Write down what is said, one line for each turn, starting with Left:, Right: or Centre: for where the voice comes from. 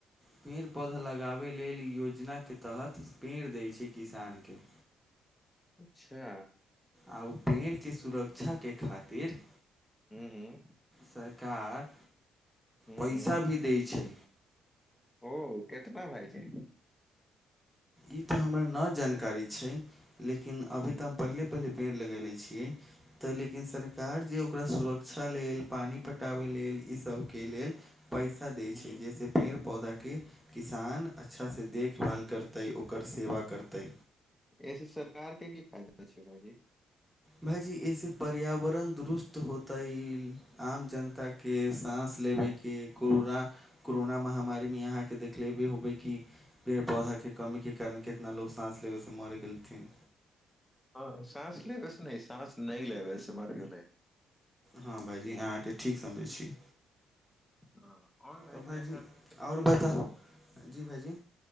Centre: पेड़ पौधा लगाबै लेल योजनाके तहत पेड़ दैत छै किसानके।
Left: अच्छा।
Centre: आ ओ पेड़के सुरक्षाके खातिर।
Left: हूँ हू।
Centre: सरकार
Left: हूँ
Centre: पैसा
Left: हूँ
Centre: भी दै छै।
Left: ओ कितना भाय छै।
Centre: ई तऽ हमरा नहि जानकारी छै। लेकिन अभी तऽ हम पहिले पहिले पेड़ लगयने छियै। तऽ लेकिन सरकार जे ओकरा सुरक्षा लेल पानि पटाबय लेल इसभके लेल। पैसा दै
Left: हूँ
Centre: छै जाहिसँ पेड़ पौधाके किसान अच्छासँ देखभाल। करतै ओकर सेवा करतै।
Left: एहिऐसे सरकार के की फायदा छै भाइजी।
Centre: भायजी ऐसे पर्यावरण दुरुस्त होत ह आम जनता। के साँस लेबैके कूड़रा। कोरोना महामारीमे अहाँके देखलेबे होबै कि। पेड़ पौधाके कमीके कारण कितना लोग साँस लेबैसँ मरे गेलथिन।
Left: हँ सास लेबैस नहि सास नहि लेबैस मार गेलै।
Centre: हँ भाइजी अहाँकेँ ठीक समझै छी।
Left: हँ आउन भायज
Centre: तऽ भाइजी
Left: अहाँ फिलम
Centre: आओर
Left: देखै
Centre: बताउ
Left: छी।
Centre: जी भाइजी